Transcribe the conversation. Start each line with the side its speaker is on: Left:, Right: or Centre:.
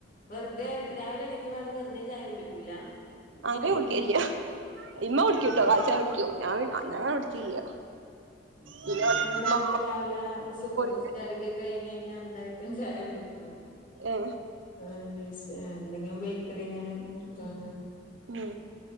Left: വെറുതെ രാവിലെ എണിറ്റപാട് വെറുതെ ചായ കുടിക്കൂല?
Right: അങ്ങനെ
Left: ഫുഡ് കഴിക്കുന്നതിന്
Right: കുടിക്കെല്യ
Left: മുൻ
Right: ഇമ്മ കുടുക്കിട്ടോ
Left: ആഹ്
Right: കാലിചായ കുടിക്കും ഞാൻ ഞാൻ കുടിക്കില്ല.
Left: ഉ
Right: പിന്നെ
Left: നമ്മുക്ക് എന്തായിട്ട് രാവിലെ സുബ്ഹ്‌
Right: പോയിട്ട്
Left: നി കാറൊകെ കഴിഞ്ഞ് കഴിഞാ എന്തായിട്ടും ചായ കുടിക്കണം.
Right: ഏ
Left: ഏ ഇംഗ്ലീഷ് ഏ എന്തെങ്കിലും ബേക്കറിങ്ങനെ കൂട്ടിട്ടോ ഇങ്ങനെ
Right: ഉം